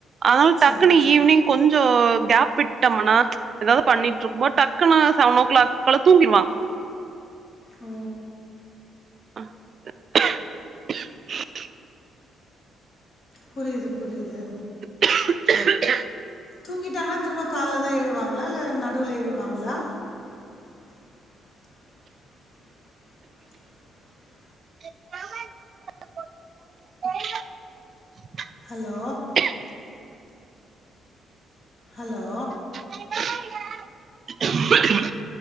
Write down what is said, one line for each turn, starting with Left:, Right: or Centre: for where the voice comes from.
Right: அதனால
Left: சரி
Right: டக்குன்னு
Left: சரி
Right: ஈவினிங் கொஞ் ஜோ கேப் விட்டமுனா ஏதாவது பண்ணிட்ருப்போ டக்குனு செவனோ கிளாக்ல்கல தூங்கிருவாங்க
Left: ஓ
Right: <inaudible>
Left: புரிது புரிது
Right: <inaudible>
Left: தூங்கிட்டாங்கனா திரும்ப கால்ல தா எழுவாங்ளா இல்ல நடுவுல எழுவாங்ளா <inaudible>
Right: <inaudible>
Left: ஹலோ
Right: <inaudible>
Left: ஹலோ
Right: <inaudible>